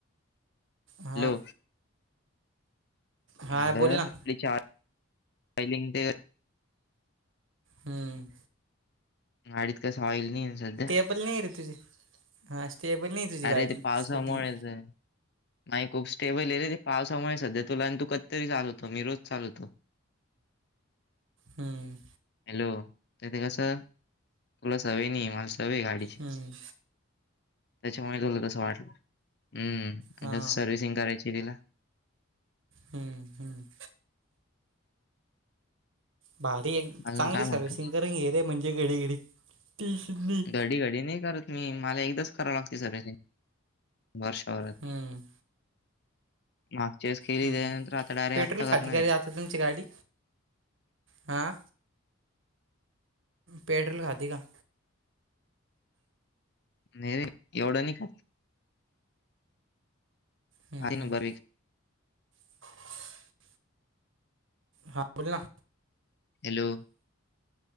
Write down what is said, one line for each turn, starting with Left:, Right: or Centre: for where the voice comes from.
Right: हां,
Left: हॅलो. <unintelligible>
Right: हां, बोल ना. हम्म.
Left: गाडीत कसं ऑईल नाय ना सध्या?
Right: बल नाई रे तुझी हा स्टेबल नाही तुझी गाडी
Left: अरे ते पावसामुळे
Right: स्कुटी.
Left: ते- नाही खूप स्टेबल आहे रे ते पावसामुळे सध्या तुला आण तू कधीतरी चालवतो मी रोज चालवतो.
Right: हम्म.
Left: हॅलो ते कस तुला सवय नाई सवय ए गाडीची
Right: हं,
Left: त्याच्यामुळे तुला तस वाटलं हम्म.
Right: हा.
Left: जसं सर्व्हिसिंग करायची तिला
Right: हम्म हम्. भारीये
Left: अजून
Right: चांगली
Left: काय
Right: सर्विसिंग
Left: म्हणतो
Right: करून घेरे म्हणजे घडी घडी नाई.
Left: घडी घडी नई करत. नाई मला एकदाच कराव लागते सर्विसिंग वर्षभरात.
Right: हं,
Left: मागच्या वेळीस केली
Right: हं.
Left: त्याच्यानंतर आता डायरेक्ट
Right: पेट्रोल
Left: आत्ता
Right: खाते
Left: करणाराय.
Right: का रे आता तुमची गाडी आ? पेट्रल खाते का?
Left: नाय रे एवढं नाय खात.
Right: हं,
Left: खाते
Right: हं.
Left: ना बरेच.
Right: <inaudible> हा बोल ना.
Left: हॅलो.